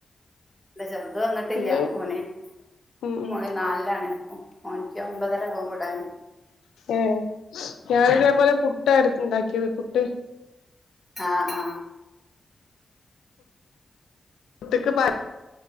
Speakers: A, in the centre; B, on the left (about 85°).
A: ന്റ ചെറ്ത് വന്നിട്ടില്ല
B: ഇന്ന്
A: ഓനെ
B: ഉം ഉം
A: മോന് നാല്ലാണ് ഒ ഓനിക്ക് ഒമ്പതരാകും വ്ടാന്
B: ഏഹ് ഞാന് ത് വേ പോലെ പുട്ടാട് ണ്ടാക്ക്യത് പുട്ട്
A: ആ ആഹ്
B: പുട്ട്ക്ക് പാ